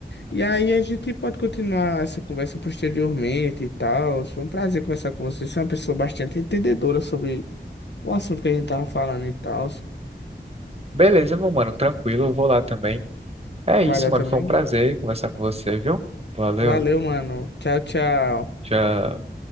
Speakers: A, on the left (about 80°); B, on the right (about 35°).
A: E aí a gente pode continuar essa conversa posteriormente e tal. Foi um prazer conversar com você. Você é uma pessoa bastante entendedora sobre o assunto que a gente tava falando e tal.
B: Beleza, meu mano, tranquilo, eu vou lá também. É
A: Vai
B: isso,
A: lá
B: mano,
A: também.
B: foi um prazer conversar com você, viu? Valeu,
A: Valeu, mano. Tchau, tchau.
B: tchau.